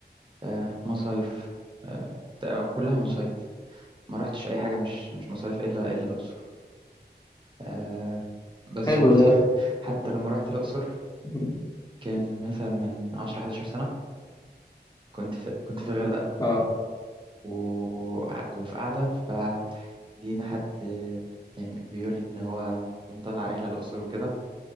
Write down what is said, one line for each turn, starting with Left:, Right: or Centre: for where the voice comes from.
Right: آه مصايف آه أو كلها مصايف ما رحتش أي حاجة مش مش مصايف إلا إلا الأقصر آه بس
Left: حلو
Right: برضو
Left: ده
Right: <laughs> حتى لما رحت الأقصر
Left: <laughs>
Right: كان مثلا من 10 11 سنة كنت في كنت في الغردقة
Left: اه
Right: و... وفي قاعدة لينا حد آه، يعني بيقول لي ان هو مطلع رحله الاقصر وكده